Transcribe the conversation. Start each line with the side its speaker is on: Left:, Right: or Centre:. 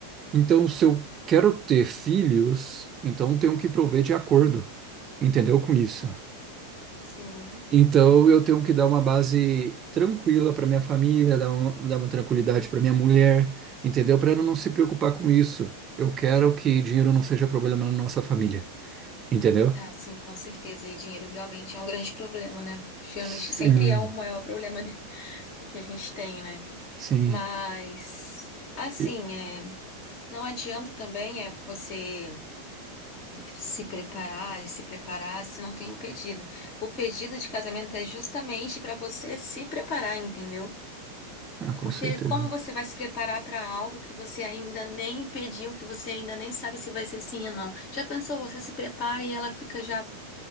Right: Então, se eu quero ter filhos, então eu tenho que prover de acordo, entendeu? Com isso.
Left: sim.
Right: Então, eu tenho que dar uma base tranquila para minha família, dar, um- dar uma tranquilidade para minha mulher, entendeu? Para ela não se preocupar com isso. Eu quero que dinheiro não seja problema na nossa família, entendeu?
Left: Ah, sim, com certeza. E dinheiro realmente é um grande problema, né? Geralmente
Right: Sim,
Left: sempre é o maior problema de- que a gente tem, né?
Right: sim.
Left: Mas, assim,
Right: E-
Left: é, não adianta também é você se preparar e se preparar se não tem o pedido. O pedido de casamento é justamente para você se preparar, entendeu?
Right: Ah, com
Left: Porque
Right: certeza.
Left: como você vai se preparar para algo que você ainda nem pediu, que você ainda nem sabe se vai ser sim ou não? Já pensou, você se prepara e ela fica já